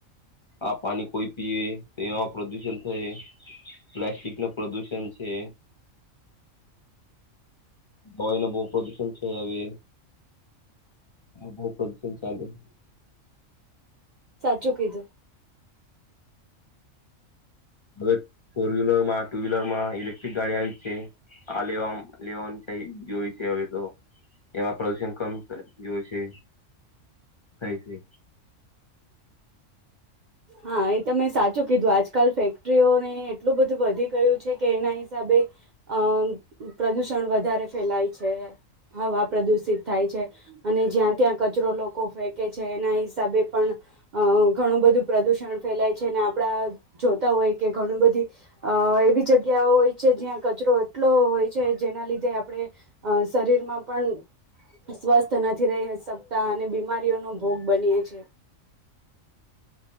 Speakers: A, on the left; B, on the right.
A: આ પાણી કોઈ પીએ તો એમાં પ્રદુષણ થાય પ્લાસ્ટિક. ન પ્રદૂષણ છે. ભઈ ના બહુ પ્રદુષણ છે, હવે. <unintelligible>
B: <unintelligible>
A: હવે ફોર વ્હીલર માં ટુ વ્હીલર માં ઇલેક્ટ્રિક ગાડી આવી છે. હા લેવા લેવાનું <unintelligible> જોય છે, હવે તો. એમાં પ્રદુષણ કમ જોય છે થાય છે.
B: હા એ તમે સાચું કીધું આજકાલ ફેક્ટરીઓને એટલું બધું વધી ગયું છે, કે એના હિસાબે. અમ પ્રદુષણ વધારે ફેલાય છે, હવા પ્રદુષિત થાય છે. અને જ્યાં ત્યાં કચરો લોકો ફેંકે છે, એના હસાબે પણ ઘણું બધું પ્રદુષણ ફેલાય છે અને આપણા જોતા હોય કે ઘણું બધું. એવી જગ્યાઓ હોય છે, જ્યાં કચરો એટલો હોય છે, જેના લીધે આપણે શરીર માં પણ સ્વસ્થ નથી રહી શકતા અને બીમારીઓનોો ભોગ બની. પ છે